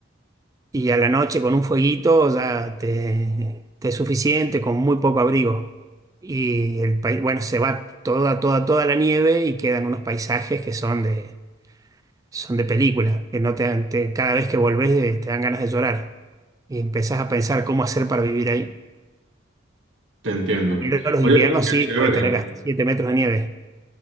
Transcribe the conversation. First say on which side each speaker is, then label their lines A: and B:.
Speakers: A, on the right; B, on the right.
A: Y a la noche con un fueguito ya te, te es suficiente, con muy poco abrigo. Y el país, bueno, se va toda, toda, toda la nieve y quedan unos paisajes que son de, son de película, que no te, dan- te- cada vez que volvés eh, te dan ganas de llorar y empezás a pensar cómo hacer para vivir ahí.
B: Te entiendo.
A: Pero los
B: Oye,
A: inviernos
B: pues qué
A: sí
B: chévere,
A: pueden tener hasta 7 metros de nieve.